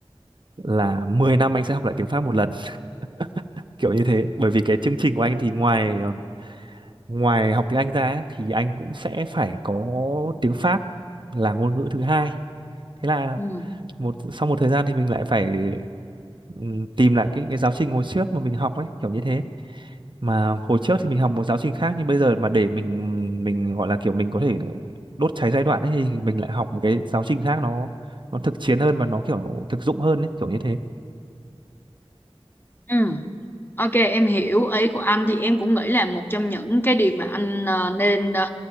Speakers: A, on the right; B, on the left.
A: Là 10 năm anh sẽ học lại tiếng Pháp một lần, <laughs> kiểu như thế. Bởi vì cái chương trình của anh thì ngoài um, ngoài học tiếng Anh ra ấy, thì anh cũng sẽ phải có tiếng Pháp là ngôn ngữ thứ hai. Thế là
B: ừ.
A: một sau một thời gian thì mình lại phải ừm, tìm lại cái, cái giáo trình hồi trước mà mình học ấy kiểu như thế mà hồi trước thì mình học một giáo trình khác nhưng bây giờ mà để mình mình gọi là kiểu mình có thể đốt cháy giai đoạn ấy thì mình lại học một cái giáo trình khác nó nó thực chiến hơn và nó kiểu thực dụng hơn ấy kiểu như thế
B: Ừ. Ok em hiểu ý của anh thì em cũng nghĩ là một trong những cái điều mà anh ờ, nên ờ,